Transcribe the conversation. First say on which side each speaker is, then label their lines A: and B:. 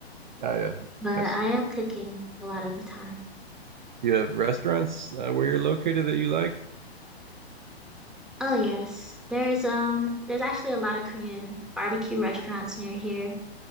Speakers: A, on the right; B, in the centre.
A: Ah, yeah,
B: But
A: nice.
B: I am cooking a lot of the time.
A: Do you have restaurants uh, where you're located that you like?
B: Oh yes, there's um there's actually a lot of Korean barbecue restaurants near here,